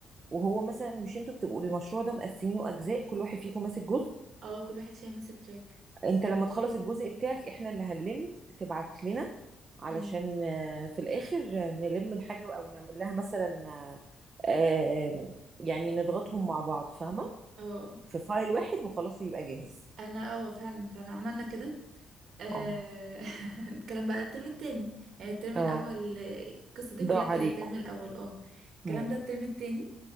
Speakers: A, on the right; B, on the right.
A: وهو مثلا مش انتوا بتبقوا المشروع ده مقسمينه اجزاء كل واحد فيكم ماسك جزء
B: اه كل واحد فيها ماسك تراك
A: انت لما تخلص الجزء بتاعك احنا اللي هنلم تبعت لنا علشان
B: امم
A: آه، في الاخر آه، نلم الحاجه او نعمل لها مثلا آه، آه، يعني نضغطهم مع بعض فاهمه
B: اه
A: في فايل واحد وخلاص يبقى جاهز
B: انا اه فعلا فعلا عملنا كده آه،
A: اه
B: <laughs> الكلام بقى الترم التاني يعني الترم
A: اه
B: الأول آه، القصة دي
A: ضاع
B: كلها
A: عليكم
B: كانت الترم الأول اه الكلام
A: مم.
B: ده الترم التاني